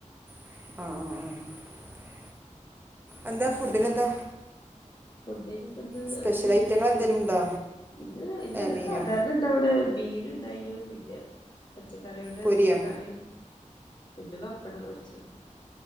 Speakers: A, on the right (about 15°); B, on the left (about 35°).
A: ആ ആ ആ എന്താ ഫുഡിനെന്താ?
B: ഫുഡ്‌ഡി ഇന്ന്
A: സ്പെഷ്യൽ
B: അത് മീനായിനു
A: ഐറ്റങ്ങൾ എന്തെങ്കിലും ഉണ്ടോ
B: ഇന്ന് ഇല്ല
A: ഏ
B: ഇത്
A: മീനോ
B: സാധാരണ ഇണ്ടാവണ മീൻ ഇണ്ടായിനു ഇല്ല പച്ചക്കറിയോണ്ട്
A: പൊരിയോ
B: കറി പിന്നെ പപ്പടം പൊരിച്ചു